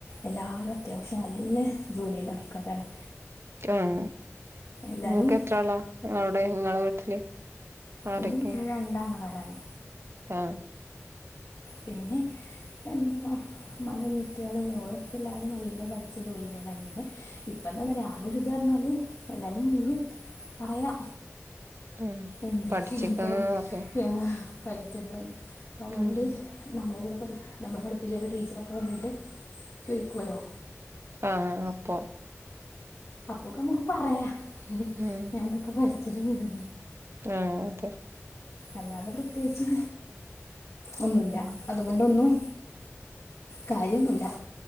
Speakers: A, on the left (about 75°); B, on the right (about 60°).
A: എല്ലാരും അത്യാവശ്യം നല്ല ജോലിയുള്ള ആൾക്കാരാണ്
B: ആഹ്
A: എല്ലാരും
B: നിങ്ങക്ക് എത്ര ആളാ അവിടെ നിങ്ങളെ വീട്ടില് ആരൊക്കെ
A: എൻ്റെ വീട്ടിൽ രണ്ടാങ്ങളാരാണ്
B: ആഹ്
A: പിന്നെ എന്താ ഉമ്മാന്റെ അനിയത്തികള് ഒരൊക്കെ എല്ലരും നല്ല പഠിച്ച ജോലിയിലുള്ളതാണ് പിന്നെ ഇപ്പ എന്താന്ന് അറിയോ ആകെ ഉള്ള ഇത് പറയുവാണേൽ എല്ലാരും പറയാ
B: ഉം
A: എന്ത്
B: പഠിച്ചിക്കണന്ന്
A: <unintelligible>
B: പറഞ്ഞ്
A: പഠിച്ചത് വീട്
B: ഉം
A: നമ്മളുടെ കൂടെ നമ്മളെ പഠിപ്പിച്ച ഒരു ടീച്ചറൊക്കെ വന്നിട്ട് ചോദിക്കുവല്ലോ
B: ആഹ് അപ്പൊ
A: അപ്പൊക്കെ നമുക്ക് പറയാ
B: ഉം
A: ഞാൻ അതൊക്കെ പഠിച്ചിട്ടുണ്ട്ന്ന്
B: ആഹ് അതെ
A: അല്ലാതെ പ്രത്യേകിച്ച് ഒന്നുമില്ല
B: ഉം
A: അതുകൊണ്ടൊന്നും കാര്യോന്നുല്ല